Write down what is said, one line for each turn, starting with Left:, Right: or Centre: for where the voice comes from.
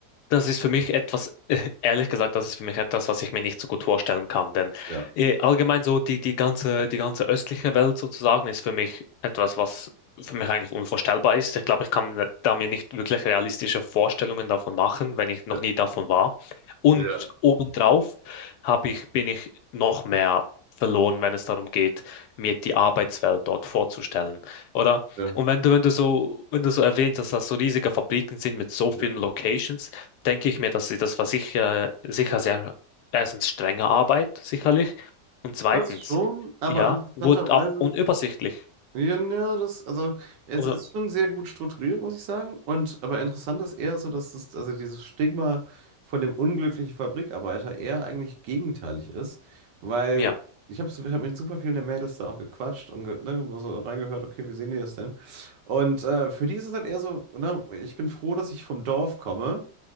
Left: Das ist für mich etwas, äh, ehrlich gesagt, das ist für mich etwas, was ich mir nicht so gut vorstellen kann. Denn
Right: Ja,
Left: äh, allgemein so die, die ganze, die ganze östliche Welt sozusagen ist für mich etwas, was für mich eigentlich unvorstellbar ist. Ich glaube, ich kann da mir nicht wirklich realistische Vorstellungen davon machen, wenn ich noch
Right: ja,
Left: nie davon war. Und
Right: ja.
Left: obendrauf habe ich, bin ich noch mehr verloren, wenn es darum geht, mir die Arbeitswelt dort vorzustellen. Oder?
Right: ja.
Left: Und wenn du, wenn du so, wenn du so erwähnt hast, dass das so riesige Fabriken sind mit so vielen
Right: ja.
Left: Locations, denke ich mir, dass sie das war sicher, sicher sehr, erstens strenge Arbeit, sicherlich. Und zweitens,
Right: Das schon, aber
Left: ja,
Right: interessanterweise,
Left: wurde auch unübersichtlich.
Right: Ja, ja, das, also, es
Left: Oder,
Right: ist schon sehr gut strukturiert, muss ich sagen. Und, aber interessant ist eher so, dass das, also dieses Stigma von dem unglücklichen Fabrikarbeiter eher eigentlich gegenteilig ist, weil
Left: ja,
Right: ich habe hab mit super vielen der Mädels da auch gequatscht und ge, ne, so reingehört, okay, wie sehen die das denn? Und äh, für die ist es halt eher so, ne, ich bin froh, dass ich vom Dorf komme